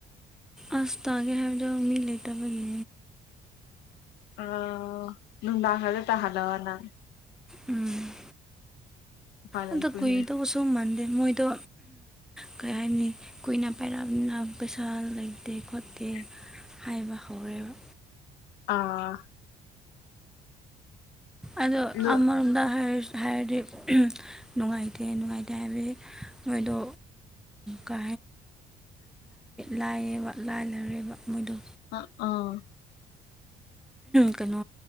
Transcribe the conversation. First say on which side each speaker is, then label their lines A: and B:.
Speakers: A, in the centre; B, on the left.
A: ꯑꯁ ꯇꯥꯒꯦ ꯍꯥꯏꯗ ꯃꯤ ꯂꯩꯇꯕꯅꯤ
B: ꯑ ꯅꯅꯨꯡꯗꯥ ꯍꯥꯏꯔ ꯇ ꯍꯜꯂ ꯋꯥꯅ
A: ꯎꯝ
B: ꯎꯄꯥꯏ ꯂꯩꯇꯦꯍꯦ
A: ꯑꯗ ꯀꯣꯏꯗꯕꯨꯁꯨꯨꯝ ꯃꯟꯗ ꯃꯣꯏꯗꯣ ꯀꯩ ꯍꯥꯏꯕꯅꯤ ꯀꯨꯏꯅ ꯄꯥꯏꯔꯛꯑꯅ ꯄꯩꯁꯥ ꯂꯩꯇꯦ ꯈꯣꯠꯇꯦ
B: <inaudible>
A: ꯍꯥꯏꯥꯏꯕ ꯍꯧꯥꯎꯔ
B: ꯑꯥ
A: ꯑꯗꯣ
B: ꯅꯨ
A: ꯑꯃꯔꯣꯝꯗ ꯍꯥꯏ ꯍꯥꯏꯔꯗꯤ ꯅꯨꯡꯉꯥꯏꯇꯦ ꯅꯨꯡꯉꯥꯏꯇꯦ ꯍꯥꯏꯕꯗꯤ ꯃꯣꯏꯗꯣ ꯀ
B: <inaudible>
A: ꯂꯥꯏꯌꯦꯕ ꯂꯥꯏꯅꯔꯦꯕ ꯃꯣꯏꯗꯣ
B: ꯑ ꯑꯥ
A: ꯀꯩꯅꯣ